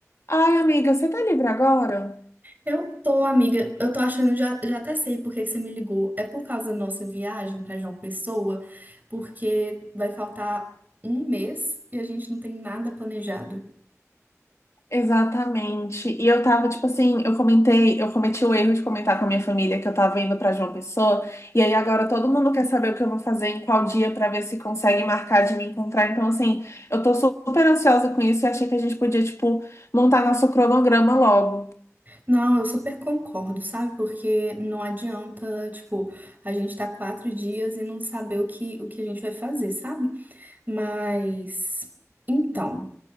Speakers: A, on the left; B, on the right.
A: Ai, amiga, você tá livre agora?
B: Eu tô, amiga. Eu tô achando, já, já até sei por que que você me ligou. É por causa da nossa viagem pra João Pessoa, porque vai faltar um mês e a gente não tem nada planejado.
A: Exatamente. E eu tava, tipo assim, eu comentei, eu cometi o erro de comentar com a minha família que eu tava indo pra João Pessoa, e aí agora todo mundo quer saber o que eu vou fazer em qual dia pra ver se consegue marcar de me encontrar. Então, assim, eu tô super ansiosa com isso e achei que a gente podia, tipo, montar nosso cronograma logo.
B: Não, eu super concordo, sabe? Porque não adianta, tipo, a gente tá quatro dias e não saber o que, o que a gente vai fazer, sabe? Mas, então.